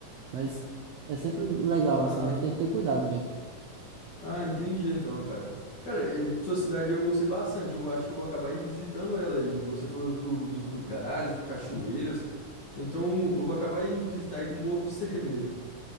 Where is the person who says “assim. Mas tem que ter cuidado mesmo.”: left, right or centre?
Right